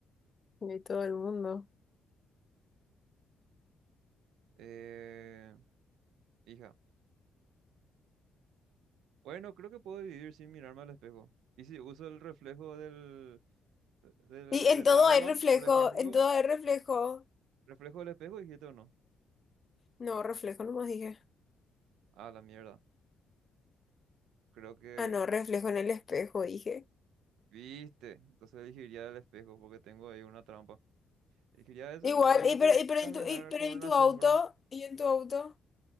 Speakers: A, on the left; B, on the right.
A: <laughs> De todo el mundo.
B: Eh, hija. Bueno, creo que puedo vivir sin mirarme al espejo. Y si uso el reflejo del, del,
A: Y en
B: del
A: todo
B: agua,
A: hay reflejo,
B: por ejemplo...
A: en todo hay reflejo.
B: Reflejo del espejo, dijiste o no.
A: No, reflejo nomás dije.
B: Ah, la mierda. Creo que
A: Ah, no, reflejo en el espejo dije.
B: viste. Entonces elegiría el espejo porque tengo ahí una trampa. Elegiría ese.
A: Igual,
B: Pues imagínate
A: y pero, y pero
B: caminar
A: en tu, y pero
B: con
A: en
B: una
A: tu
B: sombra
A: auto, y en tu auto,